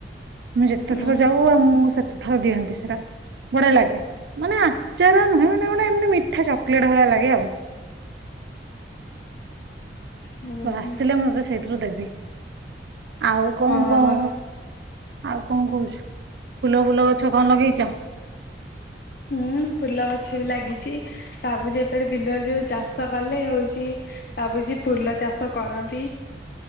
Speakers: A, on the right; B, on the left.
A: ମୁଁ ଯେତେ
B: ହୁଁ
A: ଥର ଯାଉ ଆମକୁ ସେତେ ଥର ଦିଅନ୍ତି ସେଟା ବଢିଆ ଲାଗେ ମାନେ ଆଚାର ନୁହେଁ ମାନେ ଗୋଟେ ଏମତି ମିଠା ଚକୋଲେଟ ଭଳିଆ ଲାଗେ ଆଉ।
B: ହୁଁ
A: ତୁ ଆସିଲେ
B: ହୁଁ
A: ମୁଁ ତତେ ସେଇଥିରୁ ଦେବି ଆଉ କଣ
B: ହଁ
A: କହ? ଆଉ କଣ କହୁଛୁ ଫୁଲ ଫୁଲ ଗଛ କଣ ଲଗେଇଛ?
B: ହୁଁ ଫୁଲ ଗଛ ବି ଲାଗିଛି ଭାବୁଛି ଯେତବେଳେ ବିଲରେ ଯେଉଁ ଚାଷ କଲେ ହଉଛି। ଭାବୁଛି ଫୁଲ ଚାଷ କରନ୍ତି।